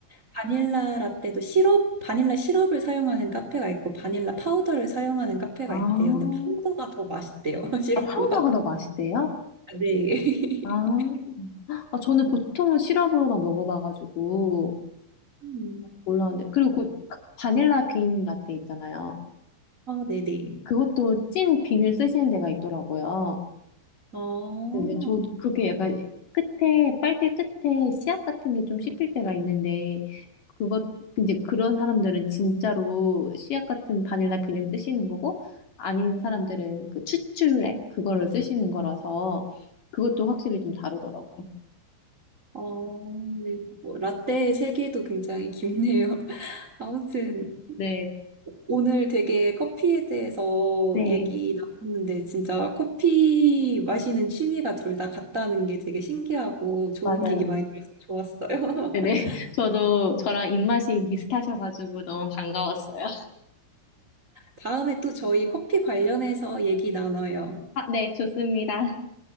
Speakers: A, on the right; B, on the left.
A: 바닐라 라떼도 시럽, 바닐라 시럽을 사용하는 카페가 있고 바닐라 파우더를 사용하는 카페가
B: 아,
A: 있대요. 근데 파우더가 더 맛있대요. <laughs> 시럽보다.
B: 아, 파우더가 더 맛있대요?
A: 네. <laughs>
B: 아. 아, 저는 보통은 시럽으로만 먹어봐가지고
A: 음.
B: 몰랐는데 그리고 그 바닐라 빈 라떼 있잖아요.
A: 아, 네네.
B: 그것도 찐 빈을 쓰시는 데가 있더라고요.
A: 어,
B: 근데 저도 그게 약간 끝에 빨대 끝에 씨앗 같은 게 좀 씹힐 때가 있는데 그것 이제 그런 사람들은 진짜로 씨앗 같은 바닐라 빈을 쓰시는 거고 아닌 사람들은 그 추출액 그거를 쓰시는 거라서 그것도 확실히 좀 다르더라고요.
A: 어, 네. 뭐, 라떼의 세계도 굉장히 깊네요. <laughs> 아무튼,
B: 네,
A: 오늘 되게 커피에 대해서
B: 네,
A: 얘기 나눴는데, 진짜 커피 마시는 취미가 둘 다 같다는 게 되게 신기하고 좋은
B: 맞아요.
A: 얘기 많이 들어서 좋았어요.
B: 네네.
A: <laughs>
B: <laughs> 저도 저랑 입맛이 비슷하셔가지고 너무 반가웠어요.
A: 다음에 또 저희 커피 관련해서 얘기 나눠요.
B: 아, 네, 좋습니다.